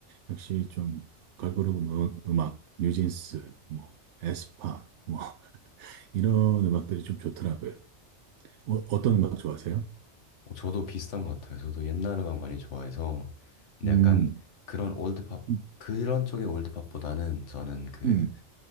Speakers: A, on the right (about 80°); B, on the left (about 80°).
A: 역시 좀 걸그룹 음- 음악, 뉴진스, 뭐 에스파, 뭐 <laughs> 이런 음악들이 좀 좋더라고요. 어, 어떤 음악 좋아하세요?
B: 어, 저도 비슷한 것 같아요. 저도 옛날 음악 많이 좋아해서 근데
A: 음,
B: 약간 그런 올드팝
A: 음,
B: 그런 쪽의 올드팝보다는 저는 그
A: 음.